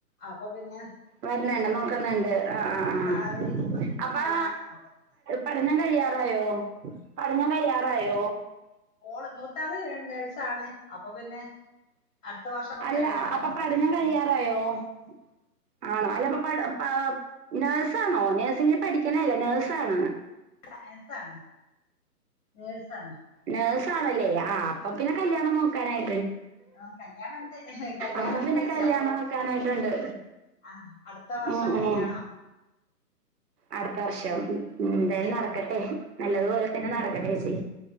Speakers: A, on the left (about 55°); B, on the right (about 75°).
A: അപ്പൊ പിന്നെ
B: വര്ന്ണ്ട നോ ക്കുന്നുണ്ട് ആഹ് ആഹ് ആഹ്
A: തലേന്ന് ഇരിക്കുമ്പോ
B: അപ്പം
A: കല്യാണൊക്കെ നോക്കണം
B: പഠനം കഴിയാറായോ പഠനം കഴിയ്യാറായോ
A: മോൾ മൂത്താള് നേഴ്സാണ് അപ്പം പിന്നെ അടുത്ത വർഷം വു
B: അല്ല
A: കല്യാണൊക്കെ
B: അപ്പൊ
A: ണ്ടാവും
B: പഠനം
A: ഉം
B: <unintelligible> ആണോ അല്ല പ്പം പ പ നഴ്സ് ആണോ നഴ്സിംഗ് പഠിക്ക് ണേ അല്ലേ നേഴ്സാണ്
A: നേഴ്സ് ആണ് നേഴ്സ് ആണ്
B: നേഴ്സാണല്ലേ ആ അപ്പം പിന്നെ കല്യാണം നോക്കാനായി
A: ആഹ് കല്യാണംണ്ട് കല്യാണംണ്ട്
B: അപ്പൊ പിന്നെ കല്യാണം
A: അപ്പം
B: നോക്കാനായിട്ടുണ്ട്
A: ആഹ് അടുത്ത വർഷം
B: ഉം
A: കല്യാണ
B: ഉം അടുത്ത വർഷം എന്തായാലും
A: ഉം
B: നടക്കട്ടെ. നല്ലതുപോലെ തന്നെ
A: ഉം
B: നടക്കട്ടെ ചേച്ചി.